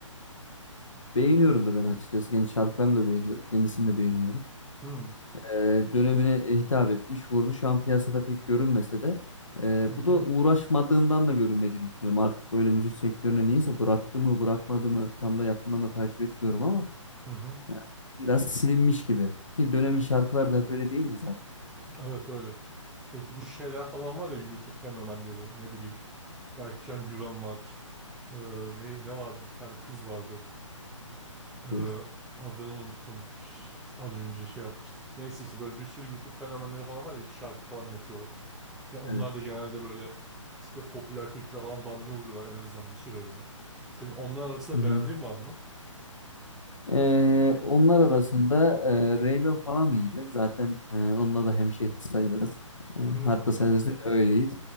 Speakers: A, on the left (about 70°); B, in the centre.
A: Beğeniyorum da ben açıkçası. Kendi şarkılarını da beğeniyorum. Kendisini de beğeniyorum.
B: Hı hı
A: Ee, dönemine hitap etmiş, vurdu. Şu an piyasada pek görünmese de e,
B: hı
A: bu da uğraşmadığından da görünmediğini düşünüyorum. Artık böyle müzik sektörüne niyeyse bıraktı mı bırakmadı mı tam da yakından da takip etmiyorum ama
B: hı. hı.
A: e, biraz silinmiş gibi. Ki dönemin şarkıları da hep öyle değil mi zaten?
B: Evet öyle. Peki bu şeyler falan var ya YouTube fenomenleri ne bileyim Berkcan Güven var. Ee, ne ne vardı bir tane kız vardı. Ee,
A: Kız.
B: adını unuttum. Şş, Az önce şey yapmıştık. Neyse işte böyle bir sürü YouTube fenomenleri falan var ya şarkı falan yapıyorlar. Ya onlar
A: Evet.
B: da genelde böyle işte popüler kültüre falan damga vuruyorlar en azından bir sürelerine. Senin onlar arasında
A: Hı hı.
B: beğendiğin var mı?
A: Ee, onlar arasında e, Reyme falan iyiydi. Zaten e, onunla da hemşehri sayılırız. E,
B: Hmm.
A: hatta sayılırız değil de öyleyiz.